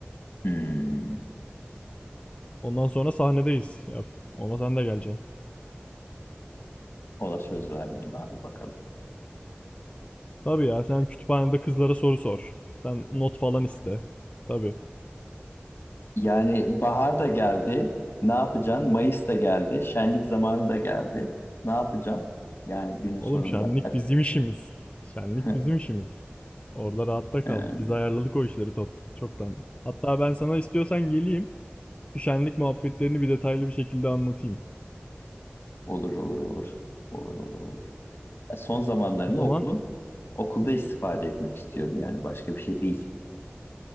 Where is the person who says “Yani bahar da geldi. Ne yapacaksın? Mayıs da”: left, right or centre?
Left